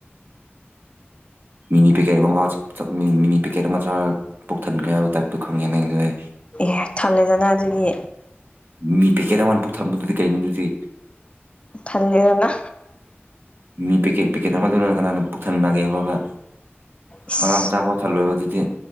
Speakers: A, on the right; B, on the left.
A: ꯃꯤꯅꯤ ꯄꯦꯀꯦꯠ ꯑꯃ ꯆꯛ ꯃꯤꯅꯤ ꯄꯦꯀꯦꯠ ꯑꯃ ꯆꯥꯔ ꯄꯨꯛ ꯊꯟꯈ꯭ꯔꯦ ꯍꯥꯏꯕ ꯇꯥꯏꯞꯇꯣ ꯈꯪꯉꯦ ꯅꯪꯉꯤꯗꯤ
B: ꯑꯦ ꯊꯜꯂꯦꯗꯅ ꯑꯗꯨꯗꯤ
A: ꯃꯤ ꯄꯤꯀꯦꯠ ꯑꯃꯟꯅ ꯄꯨꯛ ꯊꯝꯕꯗꯨꯗꯤ ꯀꯩꯅꯣ ꯑꯗꯨꯗꯤ
B: ꯊꯂꯦꯗꯅ
A: ꯃꯤ ꯄꯦꯛꯀꯦꯠ ꯄꯦꯀꯦꯠ ꯑꯃ ꯗꯨꯅ ꯀꯅꯥꯅ ꯄꯨꯛꯊꯟꯅꯒꯦ ꯕꯕ
B: ꯏꯁ
A: ꯑꯉꯥꯡ ꯃꯆꯥ ꯄꯥꯎ ꯊꯜꯂꯣꯏꯕ ꯑꯗꯨꯗꯤ